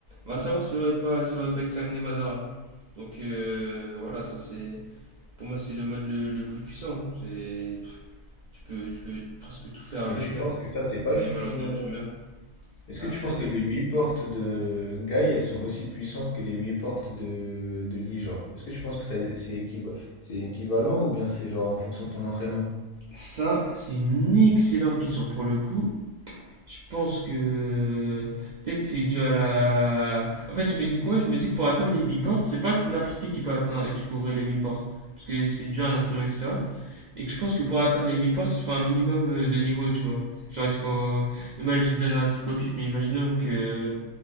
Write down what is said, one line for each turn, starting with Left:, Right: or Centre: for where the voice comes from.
Right: on va savoir s'il aurait pas, s'il aurait pas examiné Madara. Donc euh, voilà, ça c'est. Pour moi, c'est le mode le, le plus puissant. hein. C'est, tu peux, tu peux presque tout faire avec,
Left: Mais tu penses
Right: hein.
Left: que ça, c'est pas
Right: Mais
Left: juste
Right: malheureusement,
Left: une.
Right: tu meurs
Left: Est-ce
Right: après.
Left: que tu penses que les huit portes de Guy, elles sont aussi puissantes que les huit portes de, de Lee, genre? Est-ce que tu penses que ça, c'est équiva- c'est équivalent ou bien c'est genre en fonction de ton entraînement?
Right: Ça, c'est une excellente question pour le coup. Je pense que euh, peut-être c'est dû à la. En fait, je me dis quoi? Je me dis que pour atteindre les 8 portes, c'est pas n'importe qui qui peut atteindre, qui peut ouvrir les 8 portes. Parce que c'est dur à un entraînement, etc. Et que je pense que pour atteindre les 8 portes, il te faut un minimum euh, de niveau, tu vois. Genre, il te faut. Imagine, je donne un truc au pif, mais imaginons que